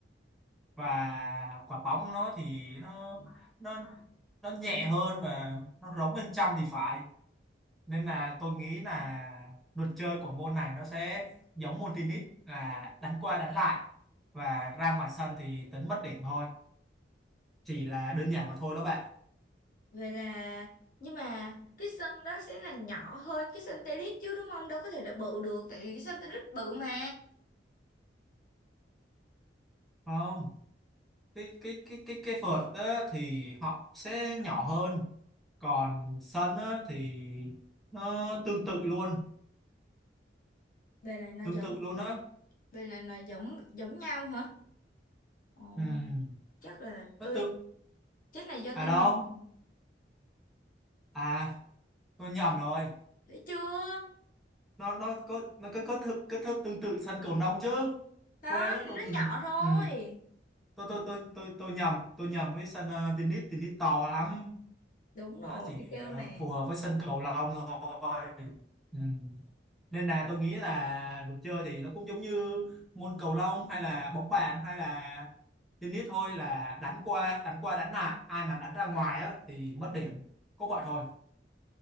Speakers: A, in the centre; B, on the left (about 50°).
A: và quả bóng nó thì nó nó nó nhẹ hơn và nó rỗng bên trong thì phải nên là tôi nghĩ là luật chơi của môn này nó sẽ giống môn tennis là đánh qua đánh lại và ra ngoài sân thì tính mất điểm thôi chỉ là đơn giản mà thôi đó bạn
B: vậy là nhưng mà cái sân đó sẽ là nhỏ hơn cái sân tennis chứ đúng không đâu có thể là bự được tại vì cái sân tennis bự mà
A: không cái cái cái cái cái vợt á, thì họ sẽ nhỏ hơn còn sân á, thì nó tương tự luôn
B: vậy là nó
A: tương
B: giống
A: tự luôn á
B: vậy là nó giống giống nhau hả Ồ.
A: Ừm,
B: chắc là
A: nó
B: tôi
A: tự
B: chắc là do
A: à
B: tôi
A: đâu
B: nhìn
A: à tôi nhầm rồi
B: thấy chưa
A: nó nó có nó có có thơ có thơ tương tự sân cầu lông chứ
B: đó
A: quên đó tôi
B: nó
A: nhìn
B: nhỏ thôi
A: ừ. tôi, tôi tôi tôi tôi nhầm tôi nhầm với sân ờ, tennis tennis to lắm
B: đúng rồi
A: nó chỉ
B: tôi kêu
A: ờ,
B: mà
A: phù hợp với sân cầu lông thôi ừ. nên là tôi nghĩ là luật chơi thì nó cũng giống như môn cầu lông hay là bóng bàn hay là tennis thôi là đánh qua đánh qua đánh lại ai mà đánh ra ngoài á thì mất điểm có vậy thôi